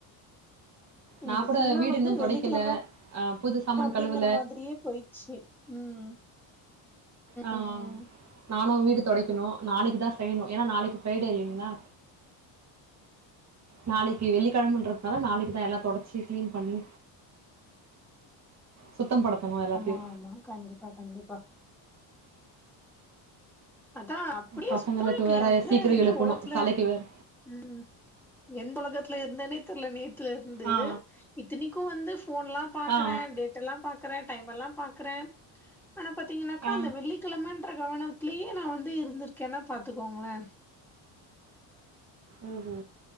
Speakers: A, in the centre; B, on the right (about 35°).
A: இன்னைக்கி
B: நான் கூட
A: ஃபுல்லா
B: வீடு
A: வந்து
B: இன்னும்
A: வெள்ளிக்கெழம
B: தொடைக்கல. அ புது சாமான்
A: அப்டிங்கிற
B: கழுவல.
A: மாதிரியேப் போயிட்ச்சே ம்
B: ஆ
A: ம்
B: நானு வீடு தொடைக்கிணு நாளைக்குதா செய்யணு எனா நாளைக்கு ஃப்ரைடே இல்லிங்ளா நாளைக்கி வெள்ளிக்கெழமன்றத்னால நாளைக்கிதா எல்லாத் தொடச்சி கிளீன் பண்ணி சுத்தம் படுத்தணு எல்லாத்தையு
A: ஆமா ஆமா கண்டிப்பா கண்டிப்பா அதா அப்புடியே
B: பசங்களுக்கு
A: சுத்தமா இருக்கு
B: வேற
A: நா எந்த
B: சீக்கிரோ
A: எந்த
B: எழுப்பணு
A: ஒலகத்ல
B: தலைக்கு வேற
A: ம் எந்து ஒலகத்ல இருந்தனேத் தெர்ல நேத் துலருந்து
B: ஆ
A: இத்தினிக்கு வந்து ஃபோன்லாம் பாக்கறே
B: ஆ ஆ
A: டேட்டெல்லாம் பாக் றே டைமெல்லாம் பாக்றே ஆனாப் பாத்தீங்கினாக்கா
B: ஆ
A: அந்த வெள்ளிக்கெழமன்ற கவனம் ட்லியே நா வந்து இருந்துருக்கேன்னாப் பாத்துகோங்ளே
B: ஓஹோ